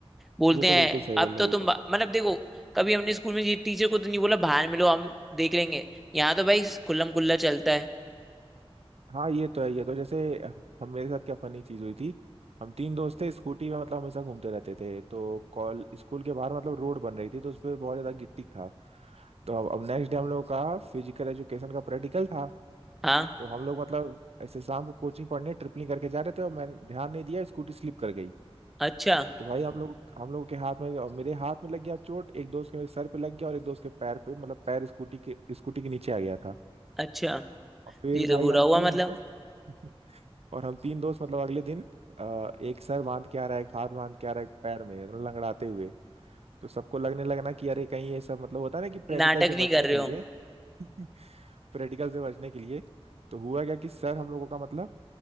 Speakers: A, in the centre; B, on the right (about 80°).
A: बोलते
B: ये तो
A: हैं
B: बिल्कुल सही
A: अब
B: बोल रहे
A: तो
B: हो
A: तुम
B: ये तो
A: बा- मतलब देखो कभी हमने स्कूल में ये टीचर को तो नहीं बोला बाहर मिलो हम देख लेंगे यहाँ तो भाई खुल्लम खुल्ला चलता है
B: हाँ ये तो है ये तो जैसे हम मेरे साथ क्या फनी चीज हुई थी हम तीन दोस्त थे स्कूटी में मतलब हमेशा घूमते रहते थे तो कॉल स्कूल के बाहर मतलब रोड बन रही थी तो उस पर बहुत ज्यादा गिट्टी था तो अब अब नेक्स्ट डे हम लोगों का फिजिकल एजुकेशन का प्रैक्टिकल था
A: हाँ
B: तो हम लोग मतलब ऐसे शाम को कोचिंग पढ़ने ट्रिपलिंग करके जा रहे थे और मैंने ध्यान नहीं दिया स्कूटी स्लिप कर गई
A: अच्छा
B: तो भाई हम लोग हम लोगों के हाथ में और मेरे हाथ में लग गया चोट एक दोस्त के मेरे सर पे लग गया और एक दोस्त के पैर पे मतलब पैर स्कूटी के स्कूटी के नीचे आ गया था
A: अच्छा
B: और फिर
A: ये
B: भाई
A: तो बुरा
B: हम
A: हुआ
B: तीन
A: मतलब
B: दोस्त <laughs> और हम तीन दोस्त मतलब अगले दिन अ, एक सर बांध के आ रहा है एक हाथ बांध के आ रहा है एक पैर में मतलब लंगड़ाते हुए तो सबको लगने लगना कि अरे कहीं ये सब मतलब होता है ना कि प्रैक्टिकल
A: नाटक
B: से बचने
A: नहीं कर
B: के
A: रहे
B: लिए
A: हो
B: <laughs> प्रैक्टिकल से बचने के लिए तो हुआ क्या कि सर हम लोगों का मतलब